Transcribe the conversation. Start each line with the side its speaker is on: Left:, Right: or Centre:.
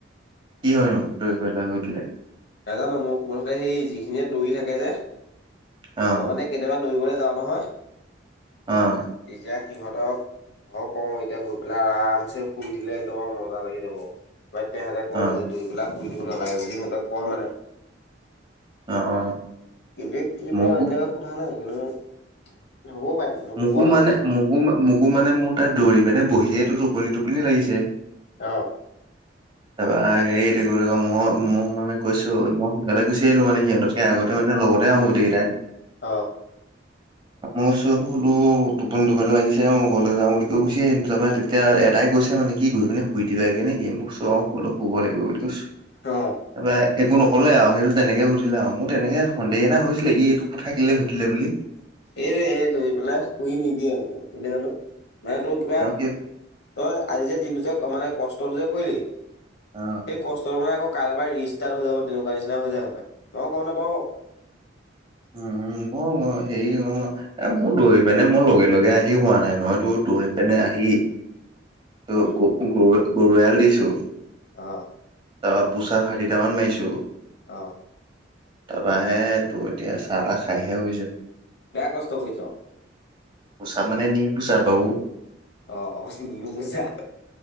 Right: কি হয় নো দৌৰি পেলাই শুই দিলে।
Left: নাজানো মোক মুঠতে সেই যিখিনিয়ে দৌৰি থাকে যে।
Right: অ।
Left: মই মানে কেতিয়াবা দৌৰিবলৈ যাওঁ নহয়।
Right: অঁহ।
Left: তেতিয়া সিহঁতক- ধৰক ক' এতিয়া গৈ পেলাই আৰাম চেঞ্জ শুই দিলেই একদম মজা লাগি যাব। বা তেহেঁতে কয়
Right: অ
Left: যে দুই পেলাক শুই দিব নালাগে বুলি সিহঁতক কয় মানে-
Right: অ অ
Left: এতিয়া কি
Right: মোকো
Left: মই আজিলৈকে সোধা নাই কিন্তু হবও পাৰে। নুশুব
Right: মোক
Left: লাগে
Right: মানে
Left: চাগে
Right: মোকো-মোকো মানে মোৰ তা'ত দৌৰি পিনে বহিয়েইটো টোপনি-টোপনি লাগিছে।
Left: অঁহ।
Right: <unintelligible> তাৰপৰা হেৰি এই কি বুলি কয় মই মোক মানে কৈছো মই সোনকালে গুচি আহিলো মানে সিহঁত- আগতেনো লগতে আহো গোটেই কেইটাই।
Left: অহ।
Right: মোক-চোক ধোলো, টোপনি-টোপানি- লাগিছে। মই ঘৰলে যাওঁ বুলি কৈ গুছি আহোতে তেতিয়া এটাই গৈছে মানে কি গৈ পিনে শুই দিবাগে নেকি মোক-চুক- কব লাগিব বুলি কৈছো।
Left: অ
Right: তাৰপৰা- একো নক'লে আৰু সেইটো তেনেকে সুধিলে আৰু মোৰ তেনেকে সন্দেহ এটা হৈছিলে এইটো কথা কেলে সুধিলে বুলি।
Left: এই যে সে লৈ পেলাই শুই নিদিয়ে মানে তেন্তে জানো মানে তোৰ কিবা-
Right: তেওঁ কি
Left: তই আজি যে দিনটো যে মানে কষ্টটো যে কৰিলি
Right: অ
Left: সেই কষ্টটো মানে আকৌ- কাইলৈ পৰা ৰিষ্টাৰ্ট হৈ যাব, তেনেকুৱা নিচিনা হৈ যায় পায়। মই গম নাপাওঁ বাও।
Right: উম-উম। অ' হেৰি এ মোৰ দৌৰি পিনে মোৰ লগে-লগে আহি হোৱা নাই নহয় তোৰ দৌৰি পিনে আহি- গৰু-গৰু
Left: উম
Right: এয়ালি দিছো।
Left: অহ।
Right: তাৰপৰা পুছা ফাঠিটামান মাৰিছো।
Left: অ'।
Right: তাৰপা হে, তোৰ এতিয়া চাহ তাহ খাইহে শুইছোঁ।
Left: বেয়া কষ্ট কৰিছ।
Right: পোছাক মানে নিউ পোছাক বাৰু।
Left: অ', অ' নিউ পূজা।